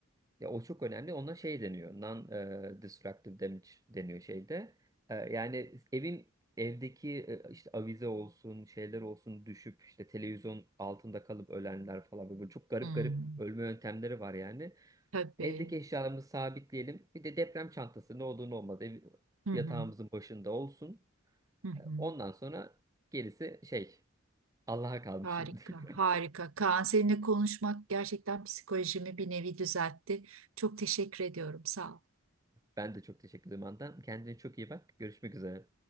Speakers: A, on the right; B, on the right.
A: Ya o çok önemli. Ona şey deniyor. Non-destructive damage deniyor şeyde. E, yani evin evdeki e, işte avize olsun, şeyler olsun düşüp işte televizyon altında kalıp ölenler falan böyle çok garip
B: Hmm,
A: garip ölme yöntemleri var yani.
B: tabii.
A: Evdeki eşyalarımızı sabitleyelim. Bir de deprem çantası ne olur ne olmaz ev
B: Hı
A: yatağımızın
B: hı,
A: başında olsun.
B: hı hı.
A: E, Ondan sonra gerisi şey Allah'a kalmış
B: Harika,
A: şimdi. <laughs>
B: harika. Kaan seninle konuşmak gerçekten psikolojimi bir nevi düzeltti. Çok teşekkür ediyorum. Sağ ol.
A: Ben de çok teşekkür ederim Andan. Kendine çok iyi bak. Görüşmek üzere.